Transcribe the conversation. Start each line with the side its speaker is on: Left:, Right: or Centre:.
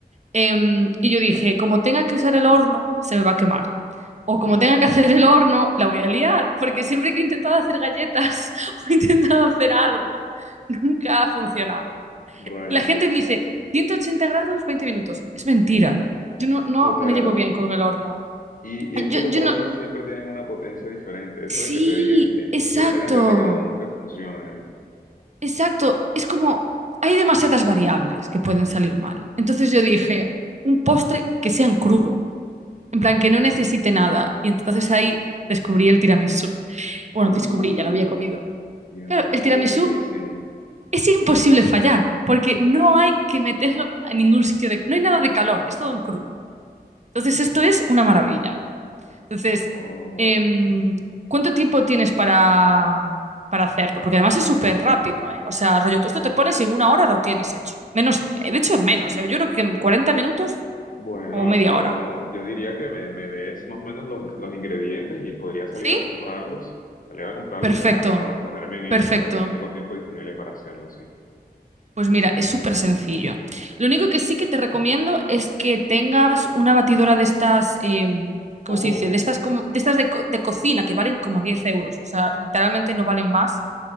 Right: Em, y yo dije, como tenga que usar el horno, se me va a quemar.
Left: <laughs>
Right: O como tenga que hacer el horno, la voy a liar, porque siempre que he intentado hacer galletas <laughs> o he intentado hacer algo, nunca ha funcionado.
Left: Rayos.
Right: La gente dice, 180 grados, 20 minutos. Es mentira. Yo no, no
Left: Total.
Right: me llevo bien con el horno.
Left: Y, y es
Right: Yo,
Left: que los
Right: yo
Left: hornos
Right: no.
Left: siempre tienen una potencia diferente. Eso
Right: Sí,
Left: de que te digan que
Right: exacto,
Left: cierta cantidad de grado nunca funciona, ¿eh?
Right: exacto. Es como, hay demasiadas variables que pueden salir mal. Entonces yo dije, un postre que sea en crudo, en plan que no necesite nada. Y entonces ahí descubrí el tiramisú. Bueno,
Left: Uh,
Right: descubrí, ya lo había comido.
Left: tiramisú,
Right: Claro, el tiramisú
Left: riquísimo.
Right: es imposible fallar, porque no hay que meterlo a ningún sitio de... No hay nada de calor, es todo en crudo. Entonces esto es una maravilla. Entonces,
Left: Oh.
Right: em, ¿cuánto tiempo tienes para, para hacerlo? Porque además es súper rápido, ¿eh? O sea, rollo, esto te pones y en una hora lo tienes hecho. Menos, eh, de hecho, menos, ¿eh? Yo creo que en 40 minutos
Left: Bueno,
Right: o media
Left: yo,
Right: hora.
Left: yo diría que me, me des más o menos los, los ingredientes y podría salir
Right: ¿Sí?
Left: a comprarlos, salir a comprarlos
Right: Perfecto,
Left: y ya pone- ponerme en ellos.
Right: perfecto.
Left: La verdad que tengo tiempo disponible para hacerlo, sí.
Right: Pues
Left: Sí.
Right: mira, es súper sencillo. Lo único que sí que te recomiendo es que tengas una batidora de estas, em, ¿cómo
Left: Oh,
Right: se dice? De estas, como, de, estas de, co- de cocina que valen como 10 euros. O sea, literalmente no valen más.